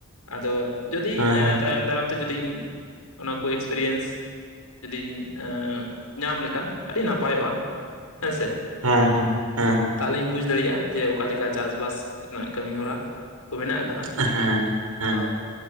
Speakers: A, on the left (about 85°); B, on the right (about 80°).
A: ᱟᱫᱚ ᱡᱩᱫᱤ
B: ᱦᱮᱸ ᱦᱮᱸ
A: ᱛᱟᱭᱚᱢ ᱫᱟᱨᱟᱢ ᱛᱮᱼᱼ ᱡᱩᱫᱤᱧ ᱚᱱᱟ ᱠᱚ ᱮᱠᱥᱯᱮᱨᱤᱭᱮᱱᱥ ᱡᱩᱫᱤᱧ ᱧᱟᱢ ᱞᱮᱠᱷᱟᱱ ᱟᱹᱰᱤ ᱱᱟᱯᱟᱭᱚᱜᱼᱟ ᱾ ᱦᱮᱸᱥᱮ
B: ᱦᱮᱸ ᱦᱮᱸ ᱦᱮᱸ
A: ᱛᱟᱦᱚᱞᱮᱧ ᱵᱩᱡᱽ ᱫᱟᱲᱮᱭᱟᱜᱼᱟ ᱾ ᱡᱮ ᱚᱠᱟ ᱞᱮᱠᱟ ᱪᱟᱥ ᱵᱟᱥ ᱨᱮᱱᱟᱜ ᱠᱟᱹᱢᱤ ᱦᱚᱨᱟ ᱠᱚ ᱢᱮᱱᱟᱜ ᱟᱠᱟᱫᱟ ᱾
B: ᱦᱮᱸ ᱦᱮᱸ
A: ᱛᱚ